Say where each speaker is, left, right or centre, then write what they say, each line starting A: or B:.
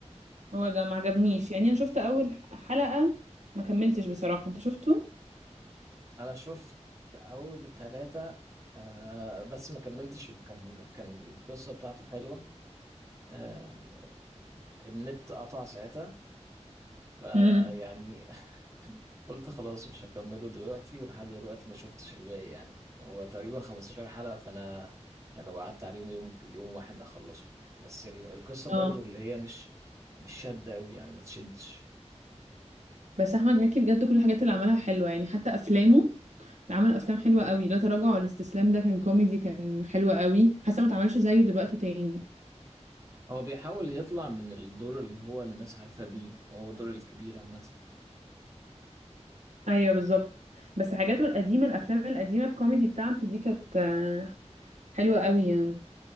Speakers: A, on the right; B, on the right.
A: هو ده ما عجبنيش يعني انا شفت اول حلقه ما كملتش بصراحه انت شفته
B: انا شفت اول تلاتة آه، بس ما كملتش كان كان القصة بتاعته حلوة آه، النت قطع ساعتها فيعني
A: امم
B: <laughs> قلت خلاص مش هكمله دلوقتي ولحد دلوقتي ما شفتش الباقي يعني هو تقريبا 15 حلقة فأنا يعني لو قعدت عليهم يوم يوم واحد هخلصه بس ال- القصة برضو
A: اه
B: اللي هي مش مش شادة أوي يعني ما تشدش
A: بس احمد مكي بجد كل الحاجات اللي عملها حلوه يعني حتى افلامه عمل افلام حلوه قوي لا تراجع ولا استسلام ده كان كوميدي كان حلو قوي حاسه ما اتعملش زيه دلوقتي تاني
B: هو بيحاول يطلع من الدور اللي هو الناس عارفة بيه وهو دور الكبير عامة
A: ايوه بالظبط بس حاجاته القديمه الافلام القديمه الكوميدي بتاعته دي كانت آه، حلوه قوي يعني